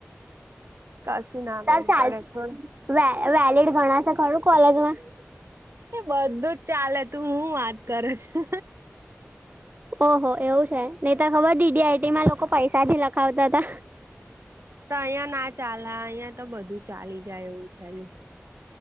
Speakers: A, on the right (about 65°); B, on the right (about 40°).
A: કશું ના
B: તાર
A: મેર
B: ચાલ.
A: પડે છોડ
B: વ વેલીિડ છે કોલેજમાં
A: એ બધું જ ચાલે તું હું વાત કરું છે.
B: ઓહો એવું છે હીતા ખબર ડીડીઆઈટી માં લોકો પૈસા થી લખાવતા તા.
A: તો અહિયાયા ના ચાલે અહિયાં તો બધું ચાલી જાય એવું ચાલ